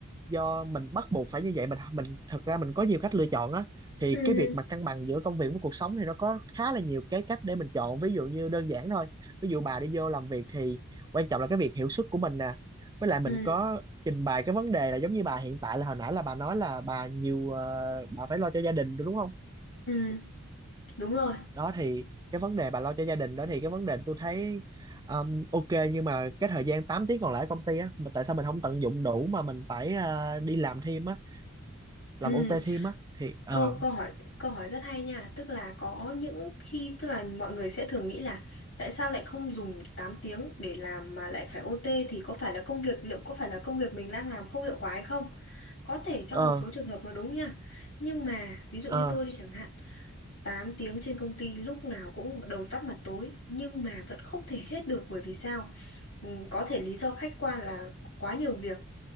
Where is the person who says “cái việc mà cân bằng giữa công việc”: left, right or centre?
Right